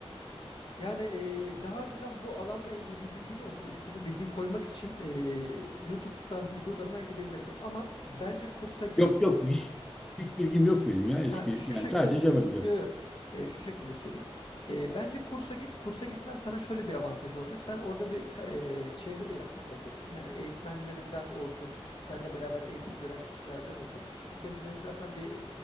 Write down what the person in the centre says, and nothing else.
Yok yok hiç, hiç bilgim yok benim ya eski
yani
sadece
Java biliyorum.